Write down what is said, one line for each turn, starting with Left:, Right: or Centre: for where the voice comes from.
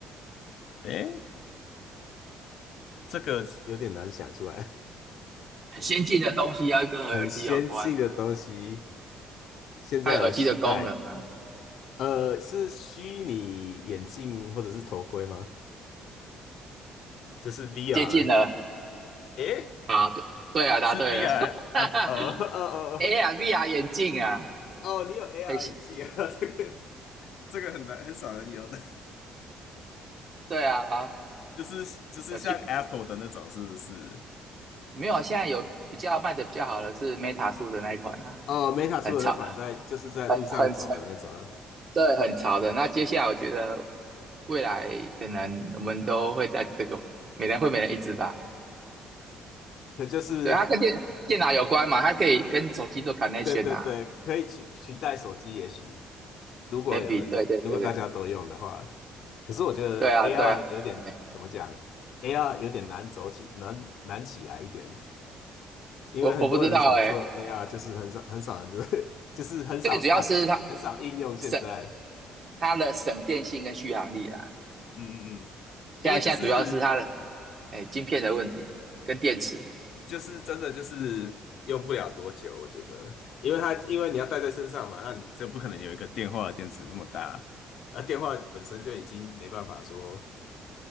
Left: 诶，这个有点难想出来，
Right: 很先进的东西要跟耳机有关了，
Left: <laughs> 很先进的东西，现在耳机待。
Right: 它有耳机的功能啊，
Left: 呃，是虚拟眼镜或者是头盔吗？就是 VR。
Right: 接近了，
Left: 诶
Right: 啊，对对啊，答对了。
Left: 是 VR
Right: <laughs>
Left: 啊不哦
Right: 哈哈。
Left: <laughs> 哦哦，
Right: AR、VR 眼镜啊，
Left: 哦，你有 AR
Right: 很新
Left: 眼镜啊？<laughs> 这个这个很难很少人有的，
Right: 对啊，
Left: <laughs> 就是就是像
Right: 有趣。
Left: Apple 的那种，是不是？
Right: 没有啊？现在有比较卖的比较好的是 Meta 出的那一款啊，
Left: 哦，Meta
Right: 很潮，
Left: 出的那款在就是在路上走的那种啊，
Right: 很很潮，对，很潮的。那接下来我觉得未来可能我们都会带着这个，每人会每人一只吧。
Left: 可就是
Right: 对，它跟电电脑有关嘛，它可以跟手机做 connection
Left: 对对对，
Right: 啊
Left: 可以取取代手机，也许如果有人在，
Right: ，maybe，对对对对，
Left: 如果大家都用的话，可是我觉得
Right: 对啊对啊，
Left: AR 有点怎么讲，AR
Right: 哎，
Left: 有点难走起，难难起来一点，因为很多人很想做
Right: 我我不知道哎、
Left: AR，就是很少很少人就是 <laughs> 就是很少
Right: 最主要是它
Left: apps，很少应用现在。
Right: 省它的省电性跟续航力啊。
Left: 嗯嗯嗯，
Right: 现在现在主要是它的
Left: 因为就是
Right: 哎，晶片的问题跟电池，
Left: 就是真的就是用不了多久，我觉得，因为它因为你要带在身上嘛，那你就不可能有一个电话的电池那么大，而电话本身就已经没办法说